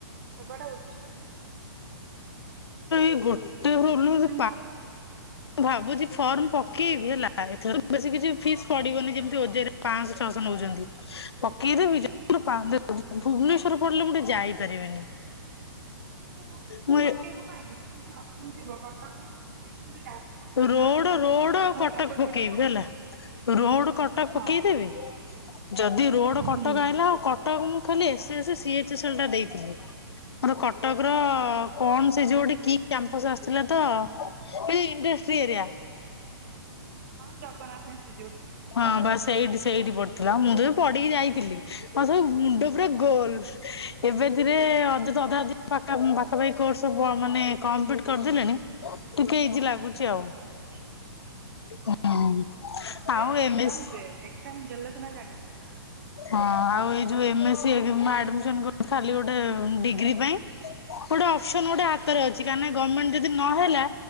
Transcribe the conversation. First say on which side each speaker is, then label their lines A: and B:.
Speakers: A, on the right; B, on the left.
A: ଦେବାଟା ଉ
B: ଏଇ ଗୋଟ <unintelligible> ମୁଁ
A: ଦି ତିନି ଥର
B: ଭାବୁଛି ଫର୍ମ ପକ କିଏ ବି ହେଲା ଏଥର ବେଶୀ କିଛି ଫିସ୍ ପଡ଼ିବନି ଯେମିତି
A: ହଁ।
B: ଓଜେଇରେ ପାଁଶ ଛଅଶ କେତେ ନଉଛନ୍ତି ପକେଇଦେବି <unintelligible> ଭୁବନେଶ୍ଵରରୁ ପଡ଼ିଲେ ମୁଁ ଟିକେ ଯାଇପାରିବିନି।
A: ତୁ ଭୁବନେଶ୍ୱର
B: ମୁଁ
A: ପକେଇବୁ କାହିଁକି <unintelligible> ଯଦି ଆସୁଥିବ କଟକ ଭଦ୍ରକ ପକେଇବୁ କି ଯାଜପୁର ତାହେଲେ
B: ରୋଡ
A: ଆହୁରି ଭଲ
B: ରୋଡ ଆଉ
A: ନହେଲେ
B: କଟକ ପକେଇବି
A: ଫଟକ ପକେଇବୁ
B: ହେଲା ରୋଡ କଟକ ପକେଇଦେବି।
A: ହଁ।
B: ଯଦି ରୋଡ କଟକ
A: ହୁଁ।
B: ଆଇଲା କଟକ ମୁଁ ଖାଲି ଏସ୍ ମୁଁ ସେ ସି ଏଚ୍ ଏସ୍ ଏଲ୍ ଟା ଦେଇଥିଲି। ମୋର କଟକର-
A: ହୁଁ
B: କଣ ସେ ଯୋଉଠି କି ଆମ୍ବେ ହଁ ସେ ଆସିଥିଲା ତ- ଏଇ ଇଣ୍ଡଷ୍ଟ୍ରି ଏରିଆ।
A: ହଁ ଜଗନ୍ନାଥ ଇନଷ୍ଟିଚ୍ୟୁଟ
B: ହଁ ବାସ୍ ସେଇଠି ସେଇଠି ପଡି ଥିଲା ମୁଁ ତ ଯୋଉ ପଢ଼ିକି ଯାଇଥିଲି ମୋ ସବୁ ମୁଣ୍ଡ ପୁରା ଗୋଲ ଏବେ ଏଥିରେ ଅଯଥ ଅଧା ଅଧି ପାଖାପାଖି କୋର୍ସ ସବୁ ମାନେ କମ୍ପ୍ଲିଟ କରିଦେଲିଣି ଟିକେ ଇଜି ଲାଗୁ <unintelligible> ଏମିତି ଆଉ
A: ହଁ।
B: <unintelligible>
A: ହଁ ଦେ
B: ଆଉ ଏମ
A: ଏକ୍ସାମ
B: ଏସ୍
A: ଦେ ଏକ୍ସାମ୍ ଦେଲେ ସିନା ଜାଣିବ।
B: ହଁ ଆଉ ଏ ଯୋ M S C M A admission କରିଛି ଖାଲି ଗୋଟେ ଡିଗ୍ରୀ ପାଇଁ ହେଇଟା ସେ ନୁ ଗୋଟେ ହାତରେ
A: ହଁ।
B: ଅଛି କାହିଁକି ନା ଗମେଣ୍ଟ ଯଦି ନହେଲା